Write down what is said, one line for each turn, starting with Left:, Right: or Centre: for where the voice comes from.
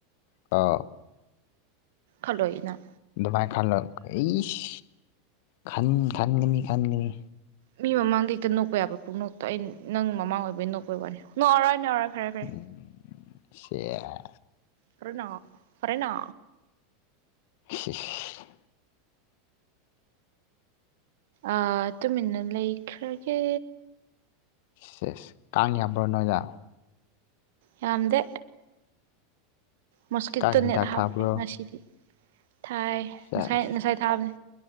Left: ꯀꯣ
Right: ꯈꯜꯂꯣꯢꯌꯦꯅ
Left: ꯗꯨꯃꯥꯏ ꯈꯂꯒ ꯏꯁ ꯈꯥꯟ ꯈꯥꯟꯒꯃꯤ ꯈꯥꯟꯒꯃꯤ
Right: ꯃꯤ ꯃꯃꯥꯡꯗ ꯍꯦꯛꯇ ꯅꯣꯛꯄ ꯌꯥꯕ꯭ꯔꯥ ꯄꯨꯡꯅꯣꯛꯇ ꯑꯩ ꯅꯪ ꯃꯃꯥꯡ ꯑꯣꯏꯕꯩ ꯅꯣꯛꯄꯩ ꯋꯥꯅꯤ ꯅꯣꯛꯑꯥꯔꯣꯏ ꯅꯣꯛꯑꯥꯔꯣꯏ ꯐꯔꯦ ꯐꯔꯦ
Left: ꯎꯝ ꯁꯦꯁ
Right: ꯐ꯭ꯔꯦꯅ ꯐꯔꯦꯅ
Left: ꯏꯁ ꯏꯁ
Right: ꯑꯥ ꯇꯨꯃꯤꯟꯅ ꯂꯩꯈ꯭ꯔꯒꯦ
Left: ꯁꯦꯁ ꯀꯥꯡ ꯌꯥꯝꯕ꯭ꯔꯣ ꯅꯣꯏꯗꯥ
Right: ꯌꯥꯝꯗꯦ ꯃꯣꯁꯀꯤꯇꯣ
Left: ꯀꯥꯡ ꯍꯤꯗꯥꯛ
Right: ꯅꯦꯠ ꯍꯥꯞꯈ꯭ꯔꯦ
Left: ꯊꯥꯕ꯭ꯔꯣ
Right: ꯉꯁꯤꯗꯤ ꯊꯥꯏ
Left: ꯁꯦꯁ
Right: ꯉꯁꯥꯏ ꯉꯁꯥꯏ ꯊꯥꯕꯅꯦ